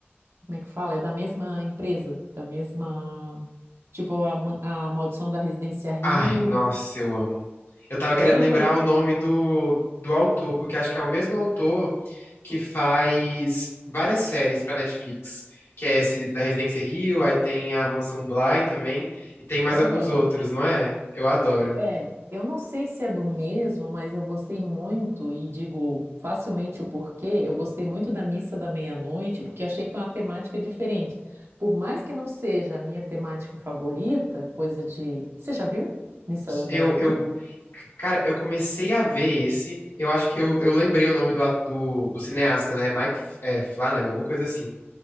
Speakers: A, on the right; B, on the left.
A: como é que fala? É da mesma empresa, da mesma, tipo a, ma- a Maldição da Residência Rio.
B: Ai, nossa, eu amo. Eu tava querendo
A: Aham,
B: lembrar o nome do, do autor, porque acho que é o mesmo autor que faz várias séries pra Netflix, que é esse da Residência Rio, aí tem a Mansão Bly também, e tem mais
A: aham.
B: alguns outros, não é? Eu adoro.
A: É, eu não sei se é do mesmo, mas eu gostei muito e digo facilmente o porquê. Eu gostei muito da missa da meia-noite, porque achei que foi uma temática diferente. Por mais que não seja a minha temática favorita, coisa de. Você já viu Missa da
B: Eu,
A: Meia-Noite?
B: eu, c- cara, eu comecei a ver esse, eu acho que eu, eu lembrei o nome do, a- do, do cineasta, né? Mike, F- é, Flanagan, alguma coisa assim.